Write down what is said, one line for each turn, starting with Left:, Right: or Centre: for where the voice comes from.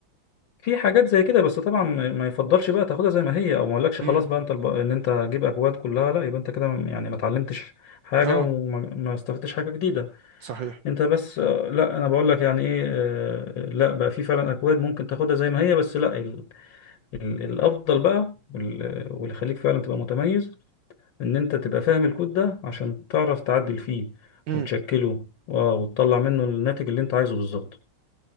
Left: في حاجات زي كده بس طبعا ما ما يفضلش بقى تاخدها زي ما هي او ما اقولكش
Right: امم
Left: خلاص بقى انت الب... ان انت تجيب اكواد كلها لا يبقى انت كده يعني ما اتعلمتش حاجه
Right: اه
Left: وما ما استفدتش حاجه جديده
Right: صحيح
Left: انت بس آه، لا انا بقول لك يعني ايه آه، لا بقى في فعلا اكواد ممكن تاخدها زي ما هي بس لا ال ال الافضل بقى وال- واللي يخليك فعلا تبقى متميز ان انت تبقى فاهم الكود ده عشان تعرف تعدل فيه
Right: امم
Left: وتشكله آه، وتطلع منه الناتج اللي انت عايزه بالظبط